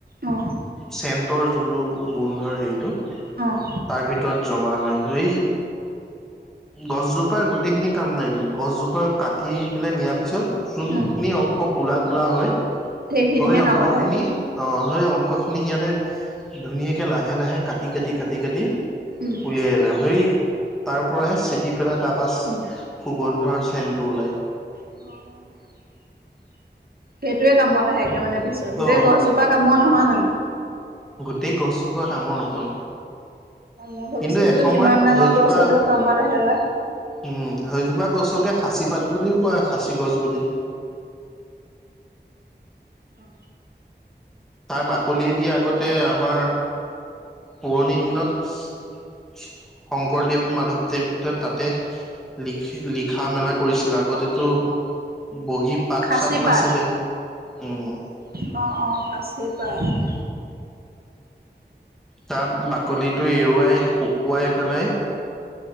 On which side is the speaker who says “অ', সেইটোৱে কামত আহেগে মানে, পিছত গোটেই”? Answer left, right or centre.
Right